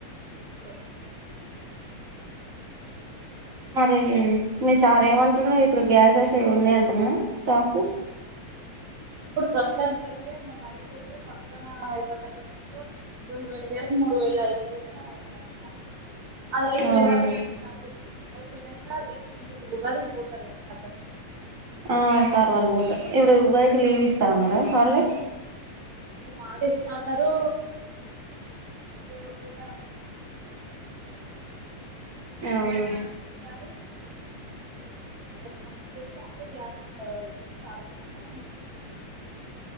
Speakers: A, on the right; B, on the right.
A: ఇప్పుడే
B: మరి మీ సార్ ఏమంటుండు ఇప్పుడు గ్యాసెస్ అయి వున్నాయి అంటన స్టాకు.
A: ఇప్పుడు ప్రస్తుతానికి అయితే మొన్న అయిపోతే పక్కన ఎవరి దగ్గర నుంచో రెండు వేల గ్యాస్ మూడు వేల ఐదు వందలు ఇచ్చినాడంట అది అయిపోయేదాకా
B: అవునా
A: స్టార్ట్ చేసి అయిపోయినాంక. <unintelligible> కాడికి పోతారుగ అందరు
B: ఆ సార్ వాళ్ళు పోత ఇప్పుడు వరికి లీవ్ ఇస్తా అన్నారా హాళ్డే
A: మాట ఇస్తా అన్నరూ ఒకేసారి
B: అవునా
A: అంటున్న <unintelligible> పంపించేసి అప్పుడు గ్యాస్ గురించి ఆలోచిస్తాను